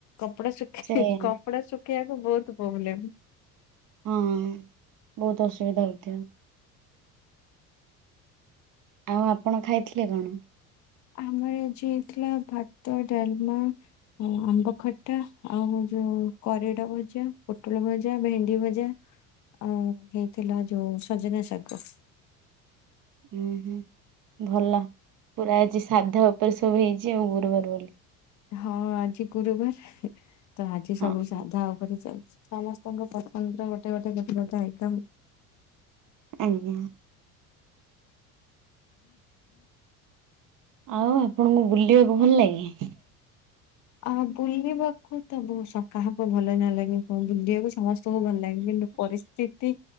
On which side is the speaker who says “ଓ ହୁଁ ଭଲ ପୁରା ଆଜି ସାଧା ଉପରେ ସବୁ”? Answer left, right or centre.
Right